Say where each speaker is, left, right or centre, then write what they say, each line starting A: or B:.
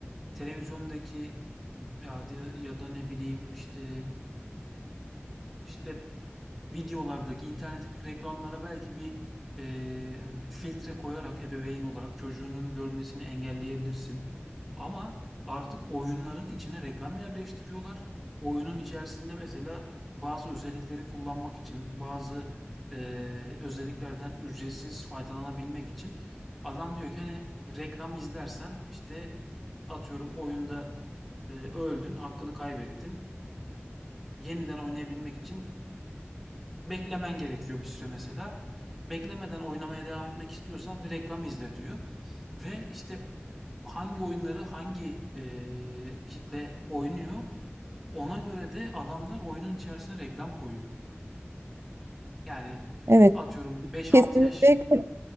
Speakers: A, in the centre; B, on the right.
A: Televizyondaki ya, da- ya da ne bileyim işte işte Videolardaki, internetteki reklamlara belki bir eee, filtre koyarak ebeveyn olarak çocuğunun görmesini engelleyebilirsin. Ama artık oyunların içine reklam yerleştiriyorlar. Oyunun içerisinde mesela bazı özellikleri kullanmak için, bazı eee, özelliklerden ücretsiz faydalanabilmek için adam diyor ki hani reklam izlersen işte atıyorum oyunda eee, öldün, hakkını kaybettin yeniden oynayabilmek için beklemen gerekiyor bir süre mesela. Beklemeden oynamaya devam etmek istiyorsan bir reklam izle diyor. Ve işte hangi oyunları hangi eee, kitle oynuyor ona göre de adamlar oyunun içerisine reklam koyuyor. Yani
B: Evet
A: atıyorum beş
B: kesinlikle
A: altı yaş
B: ka-